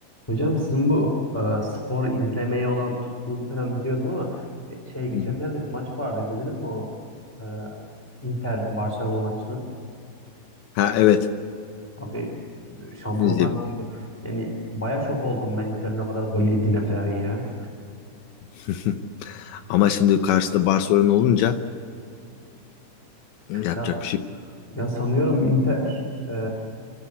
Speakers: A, in the centre; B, on the left.
A: Hocam sizin bu e, spor izlemeye olan tutkunuzu falan biliyordum ama e, şey geçenlerde
B: Hı hı.
A: bir maç vardı izlediniz mi o e, Inter Barcelona maçını?
B: Ha evet.
A: Abi e, Şampiyonlar
B: Ne izleyebilirim.
A: Ligi'nde yani baya şok oldum ben Inter'in o kadar gol yediğine falan ya.
B: <laughs> Ama şimdi karşıda Barcelona olunca yapacak
A: Ya,
B: bir şey yok.
A: ya sanıyorum Inter e,